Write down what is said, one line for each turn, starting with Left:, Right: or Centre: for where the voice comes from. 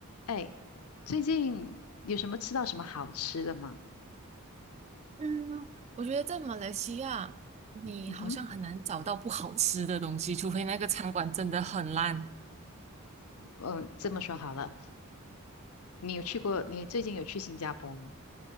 Left: 哎，最近有什么吃到什么好吃的吗？
Right: 嗯，我觉得在马来西亚，你好像很难找到不好吃的东西，
Left: 嗯哼，
Right: 除非那个餐馆真的很烂。
Left: 嗯，这么说好了，你有去过，你最近有去新加坡吗？